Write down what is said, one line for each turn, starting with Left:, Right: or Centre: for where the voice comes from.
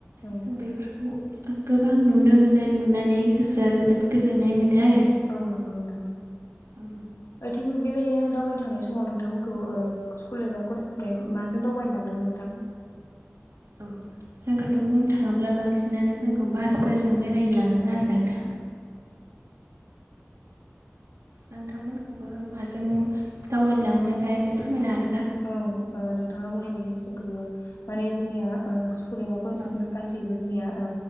Left: औ
Right: जों बेफोरखौ गोबां नुनो मोनो नुनानै गोसोआ जोबोद गोजोननाय मोनो आरो
Left: औ नंगौ नोंथां
Right: औ
Left: थिग बेबायदिनो दावबायनो थांनाय समाव नोंथांमोनखौ ओ स्कुल एबा कलेजनिफ्राय माजों दावबायनो लांदोंमोन नोंथां <unintelligible>
Right: औ जोंखौथ बुंनो थाङोब्ला बांसिनानो जोंखौ बासफोरजों बेरायनो लाङोमोन
Left: औ
Right: आरो नोंथां नोंथांमोनखौबो माजों दावबायनो लाङोन नोंथाङा एसे फोरमायनो हागोन ना
Left: औ ओ नोंथाङा बुंनाय बायदि जोंखौबो माने जोंनिया ओ स्कुल एबा कलेजनि
Right: औ
Left: गासैबो जोंनिया ओ